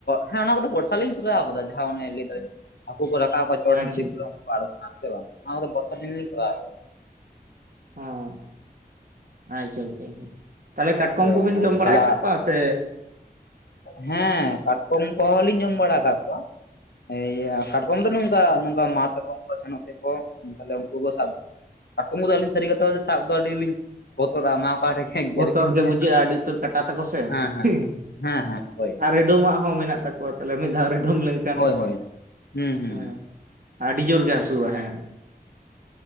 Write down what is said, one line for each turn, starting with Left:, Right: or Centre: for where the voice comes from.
Left: ᱦᱮᱸ ᱚᱱᱟ ᱠᱚᱫᱚ ᱵᱚᱨᱥᱟᱟᱞᱤᱧ ᱠᱚᱨᱟᱣ ᱟᱠᱟᱫᱟ ᱡᱟᱦᱟᱸ ᱚᱱᱮ ᱞᱟᱹᱭᱫᱟᱹᱧ ᱦᱟᱹᱠᱩ ᱠᱚ ᱨᱟᱠᱟᱵ ᱪᱚᱴ
Right: ᱟᱪᱪᱷᱟ
Left: ᱥᱮ ᱫᱤᱯ ᱨᱮ ᱩᱱᱠᱩ ᱠᱚ ᱟᱬᱜᱳᱱᱟᱥᱮ ᱵᱟᱝ ᱚᱱᱟ ᱠᱚᱫᱚ ᱵᱚᱨᱥᱟ ᱫᱤᱱ ᱠᱚᱨᱟᱣᱼᱟ᱾
Right: ᱦᱮᱸ, ᱟᱪᱪᱷᱟ ᱟᱪᱪᱷᱟ ᱟᱪᱷᱟ᱾ ᱛᱟᱦᱚᱞᱮ ᱠᱟᱴᱠᱚᱢ
Left: ᱠᱟᱫᱟ
Right: ᱠᱚᱵᱤᱱ
Left: ᱦᱳᱭ
Right: ᱡᱚᱢ ᱵᱟᱲᱟ
Left: ᱛᱟᱦᱞᱮ
Right: ᱟᱠᱟᱫ ᱠᱚᱣᱟ ᱥᱮ?
Left: ᱦᱮᱸ ᱠᱟᱴᱠᱚᱢ ᱠᱚᱦᱚᱸ ᱞᱤᱧ ᱡᱚᱢ ᱵᱟᱲᱟ ᱠᱟᱫ ᱠᱚᱣᱟ᱾ ᱦᱮᱸ, ᱤᱭᱟᱹ ᱠᱟᱴᱠᱚᱢ ᱫᱚ ᱱᱚᱝᱠᱟ ᱱᱚᱝᱠᱟ ᱢᱟᱛ ᱩᱱᱠᱩ ᱠᱚ ᱥᱮᱱᱚᱜ ᱛᱮᱠᱚ ᱩᱱᱠᱩ ᱠᱚ ᱥᱟᱵ ᱠᱟᱴᱠᱚᱢ ᱫᱚ ᱟᱹᱞᱤᱧ ᱥᱟᱹᱨᱤ ᱠᱟᱛᱷᱟ ᱥᱟᱵ ᱫᱚ ᱟᱹᱰᱤ ᱞᱤᱧ ᱵᱚᱛᱚᱨᱟ ᱢᱟ ᱚᱠᱟᱴᱷᱮ ᱜᱮᱨ
Right: ᱵᱚᱛᱚᱨ
Left: ᱠᱮᱫ ᱢᱮᱭᱟ
Right: ᱜᱮ ᱵᱩᱡᱷᱟᱹᱜᱼᱟ ᱟᱹᱰᱤ ᱩᱛᱟᱹᱨ ᱠᱟᱴᱟ ᱛᱟᱠᱚ ᱥᱮ᱾
Left: ᱦᱮᱸ ᱦᱮᱸ
Right: ᱦᱩᱸᱦᱩᱸ
Left: ᱦᱮᱸ ᱦᱮᱸ ᱦᱳᱭ
Right: ᱟᱨ ᱟᱹᱰ ᱨᱮᱰᱳᱢᱟᱜ ᱦᱚᱸ ᱢᱮᱱᱟᱜ ᱛᱟᱠᱚᱣᱟ ᱛᱟᱦᱚᱞᱮ ᱢᱤᱫ ᱫᱷᱟᱣ ᱨᱟᱹᱰᱷᱩᱢ ᱞᱮᱱᱠᱷᱟᱱ᱾
Left: ᱦᱳᱭ ᱦᱳᱭ ᱦᱩᱸ ᱦᱩᱸ
Right: ᱦᱮᱸ, ᱟᱰᱤ ᱡᱳᱨ ᱜᱮ ᱦᱟᱹᱥᱩᱣᱟ ᱦᱮᱸ᱾